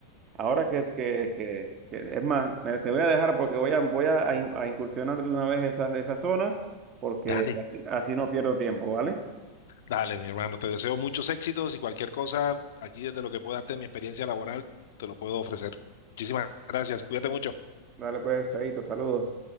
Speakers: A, on the right; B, on the left.
A: ahora que, que, que, que- es más, me- te voy a dejar porque voy a, voy a, a in- a incursionar de una vez esa, esa zona porque
B: Dale.
A: así, así no pierdo tiempo, ¿vale?
B: Dale, mi hermano, te deseo muchos éxitos y cualquier cosa aquí desde lo que pueda darte mi experiencia laboral, te lo puedo ofrecer. Muchísimas gracias, cuídate mucho.
A: Dale pues, chaito, saludos.